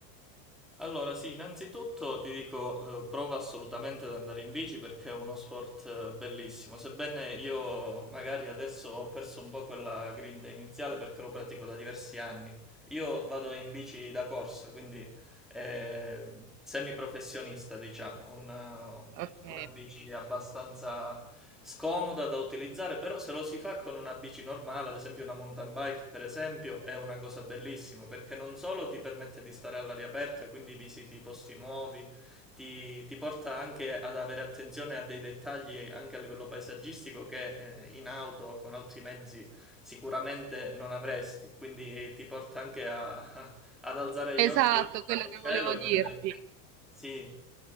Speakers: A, in the centre; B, on the right (about 80°).
A: Allora, sì, innanzitutto ti dico, eh, prova assolutamente ad andare in bici perché è uno sport eh, bellissimo, sebbene io magari adesso ho perso un po' quella grinta iniziale perché lo pratico da diversi anni. Io vado in bici da corsa, quindi eh, semiprofessionista, diciamo, una-
B: Ok,
A: una bici abbastanza scomoda da utilizzare, però se lo si fa con una bici normale, ad esempio una mountain bike, per esempio, è una cosa bellissima, perché non solo ti permette di stare all'aria aperta, quindi visiti posti nuovi, ti, ti porta anche ad avere attenzione a dei dettagli anche a livello paesaggistico che eh, in auto o con altri mezzi sicuramente non avresti, quindi ti porta anche a- <laughs> ad alzare
B: esatto,
A: gli occhi
B: quello
A: al
B: che volevo
A: cielo e
B: dirti.
A: vedere... Sì,